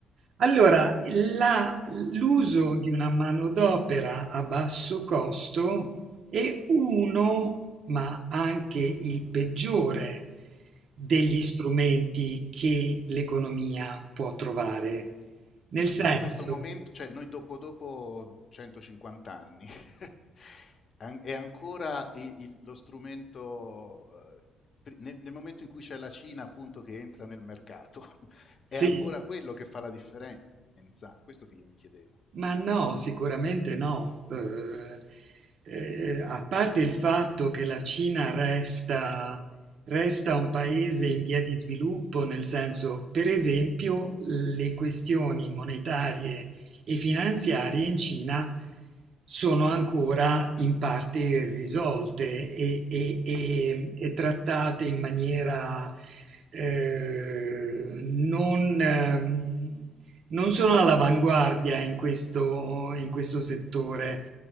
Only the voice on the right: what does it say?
Allora, la- l'uso di una manodopera a basso costo e uno, ma anche il peggiore, degli
strumenti che l'economia può trovare. Nel
senso,
sì.
Ma no, sicuramente no. Eh, eh, a parte il fatto che la Cina resta, resta un paese in via di sviluppo, nel senso, per esempio, le questioni monetarie e finanziarie in Cina sono ancora in parte irrisolte e, e- e- e trattate in maniera eh, non... ehm, non sono all'avanguardia in questo, in questo settore.